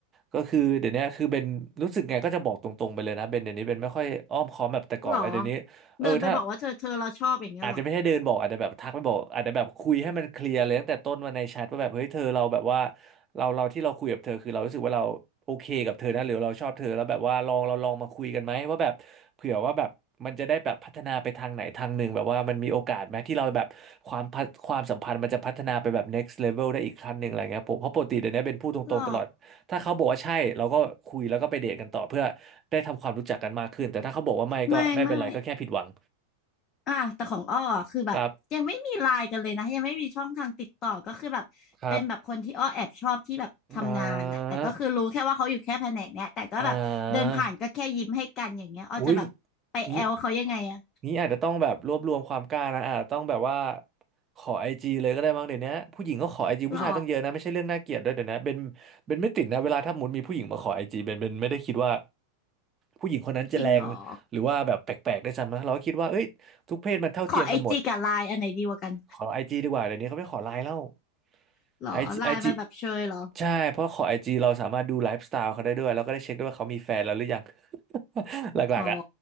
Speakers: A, on the right; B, on the left.
A: ก็คือเดี๋ยวนี้คือเป็นรู้สึกไงก็จะบอกตรงๆไปเลยนะเบนเดี๋ยวนี้เบนไม่ค่อยอ้อมค้อมแบบแต่ก่อนแล้วเดี๋ยวนี้เออถ้า
B: หรอเดินไปบอกว่าเธอเธอเราชอบอย่างเงี้ยหรอ
A: อาจจะไม่ใช่เดินบอกอาจจะแบบทักไปบอกอาจจะแบบคุยให้มันเคลียร์เลยตั้งแต่ต้นวันในแชทว่าแบบเฮ้ยเธอเราแบบว่าเราเราที่เราคุยกับเธอคือเรารู้สึกว่าเราโอเคกับเธอนะหรือเราชอบเธอแล้วแบบว่าลองเราลองมาคุยกันไหมว่าแบบเผื่อว่าแบบมันจะได้แบบพัฒนาไปทางไหนทางหนึ่งแบบว่ามันมีโอกาสไหมที่เราแบบความพัฒความสัมพันธ์มันจะพัฒนาไปแบบ next level ได้อีกขั้นหนึ่งอะไรเงี้ยผมเพราะปกติเดี๋ยวนี้เป็นพูดตรงๆตลอดถ้าเขาบอกว่าใช่เราก็คุยแล้วก็ไปเดทกันต่อเพื่อได้ทำความรู้จักกันมากขึ้นแต่ถ้าเขาบอกว่าไม่ก็ไม่เป็นไรก็แค่ผิดหวัง
B: หรอไม่ไม่ อ่ะแต่ของอ้ออะคือแบบยังไม่มีไลน์กันเลยนะยังไม่มีช่องทางติดต่อก็คือแบบเป็นแบบคนที่อ้อแอบชอบที่แบบทำงานอะแต่ก็คือรู้แค่ว่าเขาอยู่แค่แผนกเนี้ยแต่ก็แบบเดินผ่านก็แค่ยิ้มให้กันอย่างเงี้ยอ้อจะแบบไปแอลเขายังไงอะ
A: ครับครับ อ่าอ่าอุ้ย นี้นี้อาจจะต้องแบบรวบรวมความกล้านะอาจจะต้องแบบว่า ขอไอจีเลยก็ได้มั้งเดี๋ยวนี้ผู้หญิงก็ขอไอจีผู้ชายตั้งเยอะนะไม่ใช่เรื่องน่าเกลียดด้วยเดี๋ยวนี้เบนเบนไม่ติดนะเวลาถ้าสมมุนมีผู้หญิงมาขอไอจีเบนเบนไม่ได้คิดว่า
B: หรอ
A: ผู้หญิงคนนั้นจะแรงหรือว่าแบบแปลกๆได้วยซ้ำนะเราก็คิดว่าเอ้ย
B: จริงหรอ
A: ทุกเพศมันเท่าเทียมกันหมด
B: ขอไอจีกับไลน์อันไหนดีกว่ากัน
A: ขอไอจีดีกว่าเดี๋ยวนี้เขาไม่ขอไลน์แล้ว
B: <laughs> หรอไลน์มันแบบเชยเหรอ
A: ไอจีไอจีใช่เพราะขอไอจีเราสามารถดูไลฟ์สไตล์เขาได้ด้วยแล้วก็ได้เช็คด้วยว่าเขามีแฟนแล้วหรือยัง <laughs> หลักๆอ่ะ
B: อ๋อ